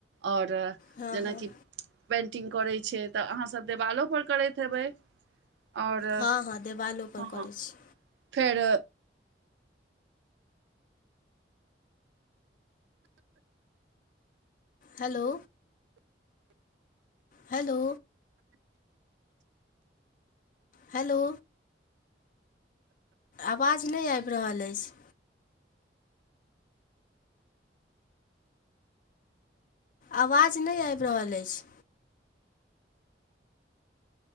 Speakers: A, on the right (about 75°); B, on the left (about 45°).
A: आओर
B: हँ
A: जेनाकि
B: हँ
A: पेन्टिंग करै छै तऽ अहाँसभ देवालोपर करैत हेबै ओर
B: हँ हँ देवालोपर
A: हँ
B: करै छी
A: फेर
B: हेलो हेलो हेलो आवाज नहि आबि रहल अछि आवाज नहि आबि रहल अछि